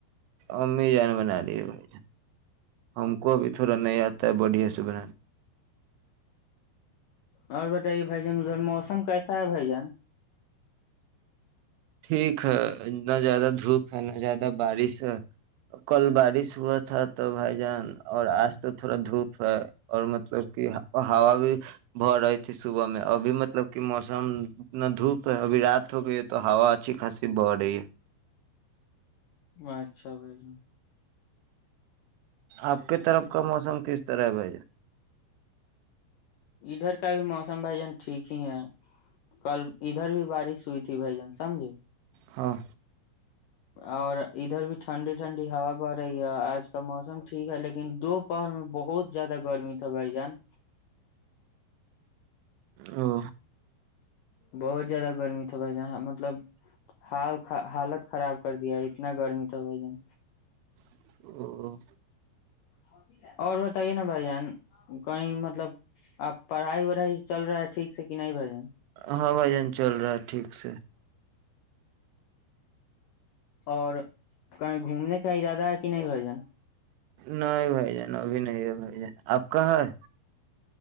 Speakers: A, on the right; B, on the left.
A: امی جان بنا لیے بھائی جان ہم کو ابھی تھوڑا نہیں آتا ہے بڑھیا سے بنانا
B: اور بتائیے بھ جان ادھر موسم کیسا ہے بھائی جان
A: ٹھیک ہے نہ زیادہ دھوپ ہے نہ زیادہ بارش ہے کل بارش وت تھا تو بھائی جان اور آج تو تھوڑا دھوپ ہے اور مطلب کہ ہوا بھی بہ رہی تھی صبح میں ابھی مطلب کہ موسم انا دھوپ تو ابھی رات ہو گئی ہے تو ہوا اچھی خاص بڑ رہی ہے
B: اچھا بھائی ج
A: آپ کی طرف کا موسم کس طرح ہے بائی جان
B: ادھر کا بھی موسم بھائی جان ٹھیک ہی ہے کل ادھر بھی بارش ہوئی تھی بھائی جان سمجھے
A: ہاں
B: اور ادھر بھی ٹھنڈی ٹھنڈی ہوا بڑ رہی ہے آج کا موسم ٹھیک ہے لیکن دو پہور میں بہت زیادہ گرمی تو بھائی جان
A: او
B: بہت زیادہ گرمی تھا بھائی ج مطلب حال حالت خراب کر دیا اتنا گرمی تھا بھائی جان
A: <inaudible>
B: <inaudible> اور بتائیے نا بھ جان کہیں مطلب آب پڑھائی وڑھائی چل رہا ہے ٹھیک س کنائی پا جائے
A: ہاں بھائی جان چل رہا ہے ٹھیک سے
B: اور کہیں گھومنے کا ارادہ ہے کہ نہیں بھ جان
A: نہیں بھائی جان ابھی نہیں ہے بھائی جان آپ کہاں ہے